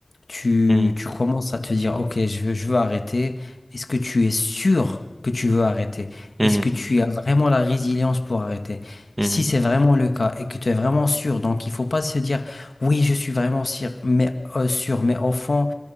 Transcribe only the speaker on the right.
mhm,
mhm,
mhm,
mhm.